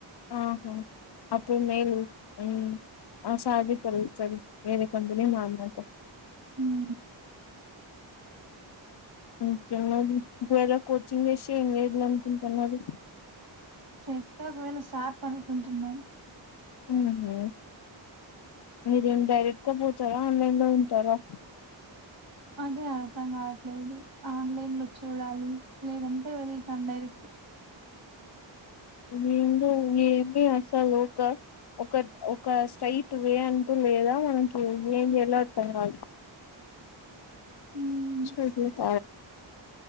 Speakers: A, on the left (about 55°); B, on the right (about 50°).
A: ఆహా అప్పుడు మేలు ఉం ఆ సార్ దగ్గర కూర్చొని వేరే కంపెనీ మారీనాక
B: మ్మ్.
A: ఉమ్ <unintelligible> జాలీ ఒక వేళ కోచింగ్ చేస్తే ఏం చేయాల అనుకుంటున్నారు.
B: టెట్ ఒక వేల షాప్ అనుకుంటున్నాం.
A: హ మీరేం డైరెక్ట్గా పోతారా ఆన్లైన్ లో ఉంటారా
B: అదే అర్థం కావట్లేదు ఆన్లైన్ లో చూడాలి లేదంటే వెళ్తాను డైరెక్ట్
A: ముందు ఏమి అసలు ఒక ఒక ఒక స్ట్రైట్ వే అంటూ లేదా మనకి ఏం చేయాలస్తున్నా
B: మ్మ్.
A: సజతత